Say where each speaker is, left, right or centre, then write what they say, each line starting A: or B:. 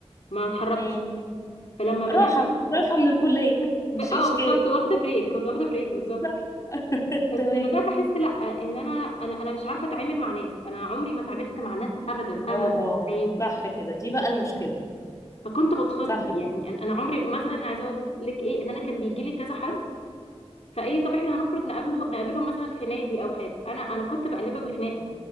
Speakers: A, on the left; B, on the left.
A: ما اتحركتش
B: مم.
A: فلما بدات
B: راحة
A: أنزل-
B: راحة من الكلية <laughs>
A: ب... اه
B: مش إشكال
A: بالظبط واخده بريك كنت واخده بريك بالظبط
B: صح <laughs>
A: بس
B: تمام
A: بدات احس لا ان انا انا انا مش عارفه اتعامل مع ناس انا عمري ما اتعاملت مع ناس ابدا ابدا
B: اه
A: في حياتي
B: صح كده دي بقى المشكلة
A: فكنت بتخض
B: صح كده
A: يعني انا أنا عمري مثلا عايزه اقول لك ايه ان انا كان بيجي لي كذا حد فايه طب احنا هنخرج نقابله نقابلهم مثلا في نادي او حاجه انا انا كنت بقلبها بخناقه